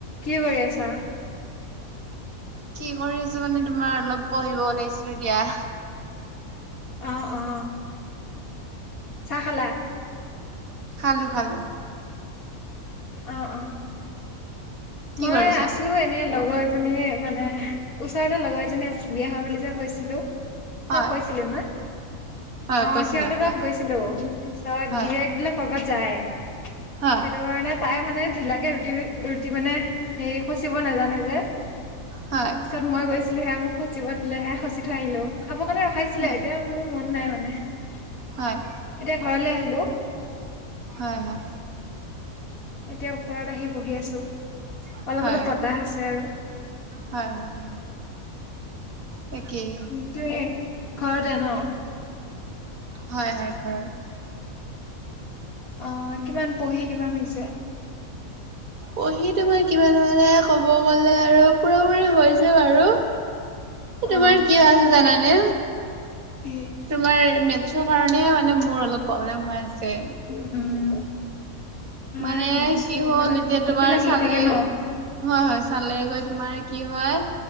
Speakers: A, on the left; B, on the right.
A: কি কৰি আছা?
B: কি কৰি আছো মানে তোমাৰ অলপ পঢ়িব ওলাইছিলো দিয়া।
A: অ অ চাহ খালা।
B: খালোঁ খালোঁ।
A: অ অ
B: কি
A: মই
B: কৰিছা?
A: আছো এনেই লগৰ। এজনী মানে ওচৰতে লগৰ এজনী আছিল বিয়া হয় বুলি যে কৈছিলো।
B: হয়
A: তই কৈছিলো না।
B: হয়
A: অ
B: কৈছিলা
A: সিহঁতে
B: কোৱা।
A: তাত গৈছিলোঁ পিছত
B: হয়
A: গিৰেয়ক বোলে কৰবাত যায়।
B: হয়
A: সেইটো কাৰণে তাই মানে ঢিলাকে ৰুটি ৰুটি মানে হেৰি সচিব নাজানে যে।
B: হয়
A: পিছত মই গৈছিলো সেয়া মোক সচিব দিলে হে সচি থৈ আহিলোঁ। খাব কাৰণে ৰখাইছিলে
B: হয়
A: এতিয়া মোৰ মন নাই মানে এতিয়া
B: হয়
A: ঘৰলৈ আহি হেল্ল'
B: হয় হয়
A: এতিয়া ওপৰত আহি বহি আছো,
B: হয়
A: অলপ অলপ বতাহ আছে আৰু।
B: হয় হয়। তাকেই
A: উ তুমি ঘৰতে ন।
B: হয় হয় ঘৰত।
A: অ কিমান পঢ়ি কিমান হৈছে?
B: হয় <inaudible> পঢ়ি তোমাৰ কিমান মানে ক'ব গ'লে আৰু পুৰাপুৰি হৈছে বাৰু। তোমাৰ
A: আহ
B: কি আছে জানানে
A: কি
B: তোমাৰ মেথছৰ কাৰণে মানে মোৰ অলপ প্ৰব্লেম হৈ আছে।
A: উম! উম! হয়
B: মানে
A: মেথছটো
B: কি হ'ল
A: মানে
B: এতিয়া
A: বহুত
B: তোমাৰ
A: বিলাক
B: চালে
A: হেৰি থাকে
B: হয়
A: ন
B: হয় চালে গৈ তোমাৰ কি হয়